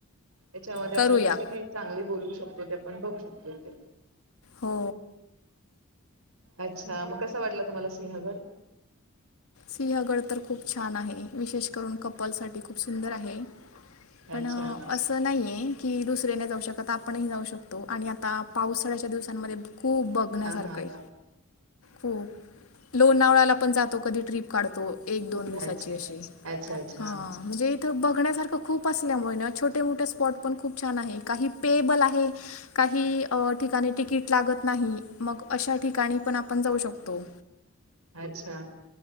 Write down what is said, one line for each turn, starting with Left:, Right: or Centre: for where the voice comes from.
Right: त्याच्यामध्ये
Left: करूया.
Right: आपण किती चांगली बोलवू शकतो ते आपण बघू शकतो इथ.
Left: हो
Right: अच्छा मग कसं वाटलं तुम्हाला सिंहगड?
Left: सिंहगड तर खूप छान आहे. विशेष करून कपलसाठी खूप सुंदर आहे पण
Right: अच्छा
Left: असं नाही आहे की दुस जाऊ शकत आपण ही जाऊ शकतो आणि आता पावसाळ्याच्या दिवस दिवसांमध्ये खूप बघण्यासारखं
Right: हा हा
Left: आहे.
Right: हा
Left: हो लोणावळ्याला पण जातो, कधी ट्रीप काढतो. एक दोन दिवसाची
Right: अच्छा
Left: अशी
Right: अच्छा अच्छा
Left: हा म्हणजे इथ बघण्यासारखं खूप असल्यामुळे छोटे मोठे स्पॉट पण खूप छान आहे काही पेअबल आहे काही अ ठिकाणी तिकीट लागत नाही मग अशा ठिकाणी पण आपण जाऊ शकतो
Right: अच्छा